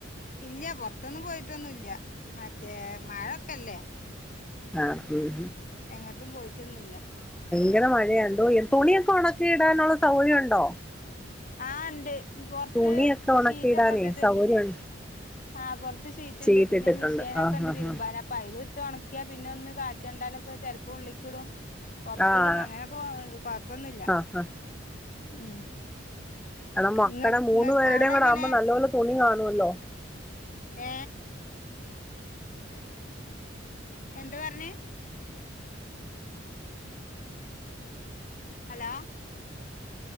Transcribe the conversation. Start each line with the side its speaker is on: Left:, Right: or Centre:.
Left: ഇല്ല പൊർത്തൊന്നും പോയിട്ടൊന്നുല്ല്യ മറ്റേ മഴൊക്കല്ലേ
Centre: ആഹ്
Left: എങ്ങട്ടും പോയിറ്റൊന്നുല്ല്യ
Centre: ഇങ്ങനെ മഴയാണ്ടോ തുണിയൊക്കെ ഒണക്കി ഇടാനുള്ള സൗകര്യ ഉണ്ടോ
Left: ആ ണ്ട് പൊറത്ത്
Centre: തുണിയൊക്കെ ഒണക്കി
Left: ഷീറ്റൊക്കെ
Centre: ഇടാനേ
Left: ഇട്ടിട്ട്ണ്ട്
Centre: സൗകര്യം
Left: ആഹ് പൊർത്ത് ഷീറ്റ്ണ്ട്
Centre: ഷീറ്റിട്ടിട്ടുണ്ട്
Left: പിന്നെ മിഷീനൊക്കെണ്ട്
Centre: ആഹ് ആഹ്
Left: തിരുമ്പാന് അപ്പൊ അയില് ട്ട് ഒണക്കിയ പിന്നെ ഒന്ന് കാറ്റ് കണ്ടാലൊക്കെ ചെലപ്പോ ഉള്ളിക്കിടും പൊർത്തൊരു
Centre: ആഹ്
Left: അങ്ങനെയൊക്കെ കൊഴപ്പൊന്നുല്ല്യ
Centre: ആഹ് ആഹ് ആഹ്
Left: ഉം
Centre: <unintelligible> മക്കള
Left: ഇങ്ങക്ക്
Centre: മൂന്നു
Left: ഇങ്ങക്ക്
Centre: പേരുടേയും
Left: അവിടെ
Centre: കൂടെ
Left: എങ്ങനെ
Centre: ആവുമ്പോ നല്ലപോലെ തുണി കാണുമല്ലോ
Left: ഏ എന്താ പറഞ്ഞ് ഹലോ